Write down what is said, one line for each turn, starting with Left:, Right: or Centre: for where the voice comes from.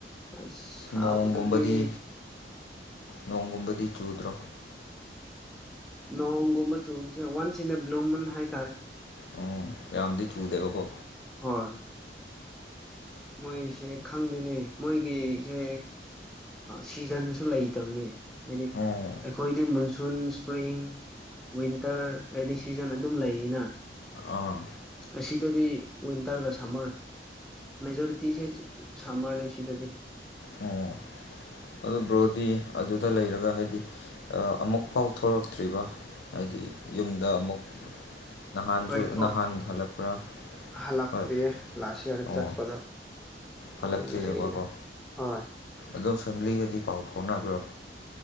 Centre: ꯑꯁ ꯁꯥꯕꯗꯨꯗꯤ
Left: ꯅꯣꯡꯒꯨꯝꯕꯗꯤ ꯅꯣꯡꯒꯨꯝꯕꯗꯤ ꯆꯨꯗ꯭ꯔꯣ
Centre: ꯅꯣꯡꯒꯨꯝꯕ ꯆꯨꯕꯁꯦ ꯋꯥꯟꯁ ꯏꯟ ꯑꯦ ꯕ꯭ꯂꯨ ꯃꯟ ꯍꯥꯏꯇꯥꯔꯦ
Left: ꯎꯝ ꯌꯥꯝꯗꯤ ꯆꯨꯗꯦꯕꯀꯣ
Centre: ꯍꯣꯏ ꯃꯣꯏꯁꯦ ꯈꯪꯗꯦꯅꯦ ꯃꯣꯏꯒꯤꯁꯦ ꯁꯤꯖꯟꯁꯨ ꯂꯩꯇꯕꯅꯤ ꯍꯥꯏꯗꯤ
Left: ꯎꯝ
Centre: ꯑꯩꯈꯣꯏꯗꯤ ꯃꯨꯟ ꯁꯖꯨꯟ ꯁ꯭ꯄ꯭ꯔꯤꯡ ꯋꯤꯟꯇꯔ ꯔꯦꯅꯤ ꯁꯤꯖꯟ ꯑꯗꯨꯝ ꯂꯩꯌꯦꯅ
Left: ꯑꯥ
Centre: ꯑꯁꯤꯗꯗꯤ ꯋꯤꯟꯇꯔꯒ ꯁꯝꯃꯔ ꯃꯦꯖꯣꯔꯤꯇꯤꯁꯦ ꯁꯃꯔ ꯅꯦ ꯁꯤꯗꯗꯤ
Left: ꯑꯣ ꯑꯗꯨ ꯕ꯭ꯔꯣꯗꯤ ꯑꯗꯨꯗ ꯂꯩꯔꯒ ꯍꯥꯏꯗꯤ ꯑꯃꯨꯛꯐꯥꯎ ꯊꯣꯛꯔꯛꯇ꯭ꯔꯤꯕ ꯍꯥꯏꯗꯤ ꯌꯨꯝꯗ ꯑꯃꯨꯛ ꯅꯍꯥꯟꯁꯨ
Centre: ꯍꯣꯏꯊ
Left: ꯅꯍꯥꯟ ꯍꯜꯂꯛꯄ꯭ꯔꯥ
Centre: ꯍꯜꯂꯛꯇ꯭ꯔꯤꯌꯦ
Left: ꯍꯣꯏ
Centre: ꯂꯥꯁ ꯏꯌꯥꯔꯗ
Left: ꯑꯣ
Centre: ꯆꯠꯄꯗꯣ
Left: ꯍꯜꯂꯛꯇ꯭ꯔꯤꯑꯕꯀꯣ
Centre: ꯑꯗꯨꯝ ꯂꯩꯌꯦꯗ ꯍꯣꯏ
Left: ꯑꯗꯨꯝ ꯐꯦꯃꯤꯂꯤꯒꯗꯤ ꯄꯥꯎ ꯐꯥꯎꯅꯕ꯭ꯔꯣ